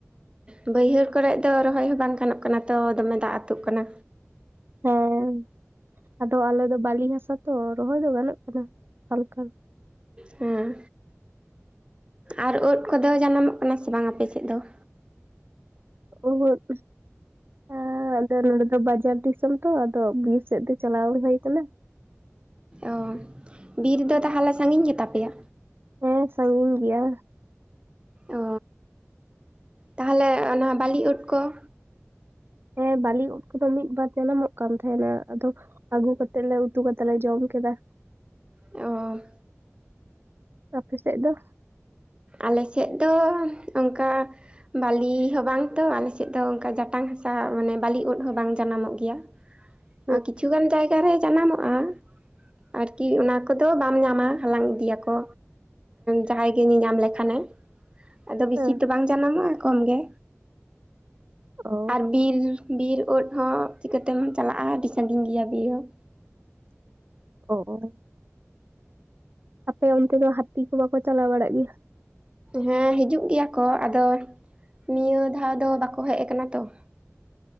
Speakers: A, on the right; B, on the right.
A: ᱚ ᱵᱟᱹᱭᱦᱟᱹᱲ ᱠᱚᱨᱮ ᱫᱚ ᱨᱚᱦᱚᱭ ᱦᱚᱸ ᱵᱟᱝ ᱜᱟᱱᱚᱜ ᱠᱟᱱᱟ ᱛᱚ ᱫᱚᱢᱮ ᱫᱟᱜ ᱟᱹᱛᱩᱜ ᱠᱟᱱᱟ᱾
B: ᱦᱮᱸ ᱟᱫᱚ ᱟᱞᱮ ᱫᱚ ᱵᱟᱹᱞᱤ ᱦᱟᱥᱟ ᱛᱚ ᱨᱚᱦᱚᱭ ᱫᱚ ᱜᱟᱱᱚᱜ ᱠᱟᱱᱟ ᱦᱟᱞᱠᱟ᱾
A: ᱦᱮᱸ ᱟᱨ ᱩᱫ ᱠᱚᱫᱚᱹ ᱡᱟᱱᱟᱢᱚᱹᱜ ᱠᱟᱱᱟ ᱥᱮ ᱵᱟᱝ ᱟᱸᱯᱮ ᱥᱮᱫ ᱫᱚ ᱾
B: ᱩᱦᱩᱫ ᱟᱸ ᱟᱫᱚ ᱱᱚᱰᱮ ᱫᱚ ᱵᱟᱡᱟᱨ ᱫᱤᱥᱚᱢ ᱛᱚ ᱟᱫᱚ ᱵᱤᱨ ᱥᱮ ᱫᱚ ᱪᱟᱞᱟᱣ ᱵᱟᱝ ᱦᱩᱭ ᱟᱠᱟᱱᱟ ᱾
A: ᱚ ᱵᱤᱨ ᱫᱚ ᱛᱟᱦᱚᱞᱮ ᱥᱟᱺᱜᱤᱧ ᱜᱮᱛᱟ ᱯᱮᱭᱟ?
B: ᱦᱮᱸ ᱥᱟᱺᱜᱤᱧ ᱜᱮᱭᱟ᱾
A: ᱚ ᱛᱟᱦᱚᱸᱞᱮ ᱚᱱᱟ ᱵᱟᱞᱤ ᱩᱫ ᱠᱚᱸ
B: ᱦᱮᱸ ᱵᱟᱹᱞᱤ ᱩᱫ ᱠᱚᱫᱚ ᱢᱤᱫ ᱵᱟᱨ ᱡᱟᱱᱟᱢᱚᱜ ᱠᱟᱱ ᱛᱟᱦᱮᱸᱱᱟ ᱟᱫᱚ ᱟᱜᱩ ᱠᱟᱛᱮᱜ ᱞᱮ ᱩᱛᱩ ᱠᱟᱛᱮ ᱞᱮ ᱡᱚᱢ ᱠᱮᱫᱟ ᱾
A: ᱚᱸ
B: ᱟᱸᱯᱮ ᱥᱮᱫ ᱫᱚ?
A: ᱟᱸᱞᱮ ᱥᱮᱫ ᱫᱚ ᱚᱝᱠᱟ ᱵᱟᱹᱞᱤ ᱦᱚᱸ ᱵᱟᱝ ᱛᱚ ᱟᱸᱞᱮᱥᱮᱫ ᱫᱚ ᱚᱱᱠᱟ ᱡᱟᱴᱟᱝ ᱦᱟᱥᱟ ᱢᱟᱱᱮ ᱵᱟᱹᱞᱤ ᱩᱫ ᱦᱚᱸ ᱵᱟᱝ ᱡᱟᱱᱟᱢᱚᱜ ᱜᱮᱭᱟ ᱾
B: <inaudible>
A: ᱟᱨ ᱠᱤᱪᱷᱩ ᱜᱟᱱ ᱡᱟᱭᱜᱟᱨᱮ ᱡᱟᱱᱟᱢᱚᱜᱼᱟ, ᱟᱨᱠᱤ ᱚᱱᱟ ᱠᱚᱫᱚ ᱵᱟᱢ ᱧᱟᱢᱟ, ᱦᱟᱞᱟᱝ ᱤᱫᱤᱭᱟᱠᱚ ᱡᱟᱦᱟᱸᱭ ᱜᱮ ᱧᱮᱧᱟᱢ ᱞᱮᱠᱷᱟᱱᱮ ᱟᱫᱚ ᱵᱤᱥᱤ
B: ᱦᱮᱸ
A: ᱛᱚ ᱵᱟᱝ ᱡᱟᱱᱟᱢᱚᱜᱼᱟ ᱠᱚᱢ ᱜᱮ᱾
B: ᱚ
A: ᱟᱨ ᱵᱤᱨ ᱵᱤᱨ ᱩᱫ ᱦᱚᱸ ᱪᱤᱠᱟᱹᱛᱮᱢ ᱪᱟᱞᱟᱜᱼᱟ ᱟᱰᱤ ᱥᱟᱺᱟᱜᱤᱧ ᱜᱮᱭᱟ ᱵᱤᱨ ᱦᱚᱸ᱾
B: ᱚ ᱟᱯᱮ ᱚᱱᱛᱮ ᱫᱚ ᱦᱟᱛᱤ ᱠᱚ ᱵᱟᱠᱚ ᱪᱟᱞᱟᱣ ᱵᱟᱲᱟᱜ ᱜᱮᱭᱟ?
A: ᱦᱮᱸ ᱦᱤᱡᱩᱜ ᱜᱮᱭᱟ ᱠᱚ ᱟᱫᱚ ᱱᱤᱭᱟᱹ ᱫᱷᱟᱣ ᱫᱚ ᱵᱟᱠᱚ ᱦᱮᱡ ᱟᱠᱟᱱᱟ ᱛᱚ ᱾